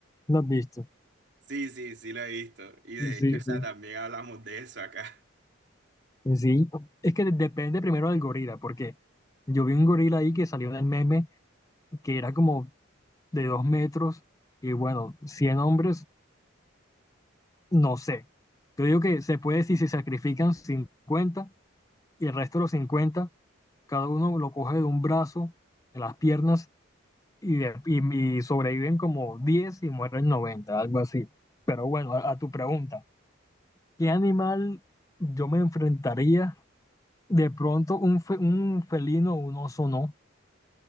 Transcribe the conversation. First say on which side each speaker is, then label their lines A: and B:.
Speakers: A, on the left (about 15°); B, on the right (about 55°).
A: ¿Lo has visto?
B: Sí, sí, sí lo he visto. Y de
A: Sí,
B: hecho, o sea,
A: sí.
B: también hablamos de eso acá. <laughs>
A: Sí, es que de- depende primero del gorila, porque yo vi un gorila ahí que salió en el meme que era como de dos metros y bueno, 100 hombres, no sé. Yo digo que se puede si se sacrifican 50 y el resto de los 50 cada uno lo coge de un brazo, de las piernas y, de- y- y sobreviven como 10 y mueren 90 algo así. Pero bueno, a, a tu pregunta, ¿qué animal yo me enfrentaría? De pronto un, fe- un felino un oso no